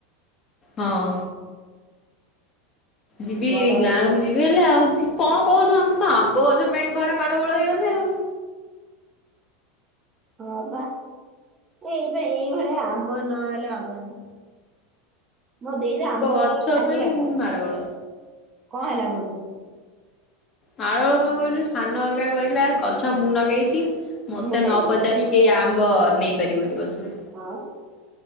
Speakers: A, on the left; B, on the right.
A: ହଁ ଯିବି
B: ବଡ
A: ଗାଁ
B: ବଡ
A: କୁ ଯିବି ଭାରି, ଆଉ କଣ କହୁଛୁ? ଆମର ତ ଆମ୍ବ ଗଜ ପାଇଁ ଘରେ ମାଡ ଗୋଳ ହେଇଗଲେ ଆଉ।
B: ହଁ, ପା। ଏଇବେ ଏଇଭଳିଆ ଆମ୍ବ ନହେଲେ ହବନି ମୋ ଦେଇର ଆମ୍ବ
A: ଗଛ
B: ଲଗେଇ ଖାଲି
A: ପାଇଁ
B: ଭାତ।
A: ମାଡ଼ଗୋଳ
B: କଣ ହେଲା ପୁଣି?
A: ମାଡଗୋଳ କଣ କହିଲୁ? ସାନ ଅଜା କହିଲା, ଗଛ ମୁଁ ଲଗେଇଛି। ମତେ
B: ମୁଁ ଖାଇବି
A: ନ ପଚାରି କେହି ଆମ୍ବ ନେଇ ପାରିବନି ଗଛରୁ।
B: ହଁ